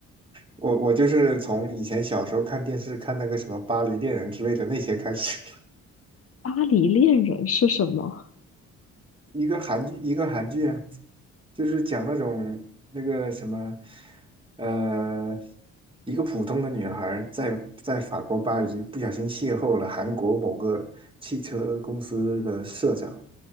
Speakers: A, on the right (about 15°); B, on the left (about 50°).
A: 我我就是从以前小时候看电视看那个什么《巴黎恋人》之类的那些开始，
B: 巴黎恋人是什么？
A: 一个韩剧，一个韩剧啊，就是讲那种那个什么，呃，一个普通的女孩儿在在法国巴黎不小心邂逅了韩国某个汽车公司的社长，